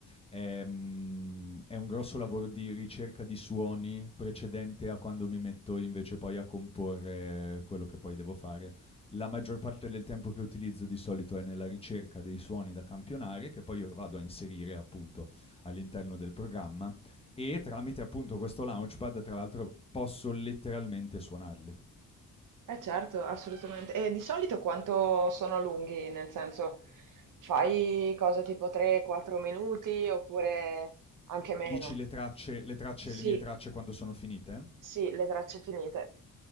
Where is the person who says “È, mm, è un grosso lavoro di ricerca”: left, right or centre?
Left